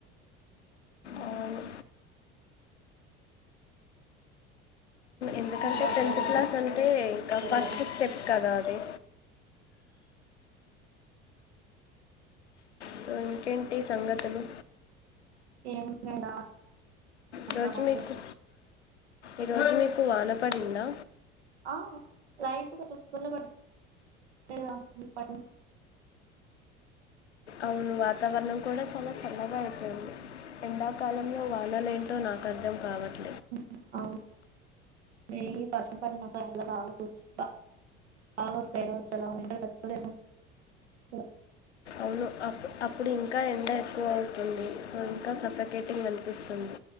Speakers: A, on the left (about 80°); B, on the right (about 70°).
A: అవును అంటే
B: వాళ్ళకి
A: టెన్త్
B: ఎలా జరుగుతుందో
A: క్లాస్ అంటే ఇంకా
B: తెలియదు
A: ఫస్ట్
B: కదా
A: స్టెప్ కదా అది సో ఇంకేంటి సంగతులు
B: ఏమున్నాయ్ రా అంతా
A: ఈ రోజు
B: మామూలే
A: మీకు ఈ రోజు మీ కు వాన పడిందా
B: ఆ లైట్ గా తుంపర్లు పడ్డాయి రా <inaudible>
A: అవును వాతావరణం కూడా చాలా చల్లగా అయిపోయింది ఎండా కాలం లో వా కలలేంటో నాకు అర్థం కావట్
B: <unintelligible>
A: అవును అప్పు అప్పుడు ఇంకా ఎండ ఎక్కువ అవుతుంది సో ఇంకా సఫకేటింగ్ అనిపిస్తుంది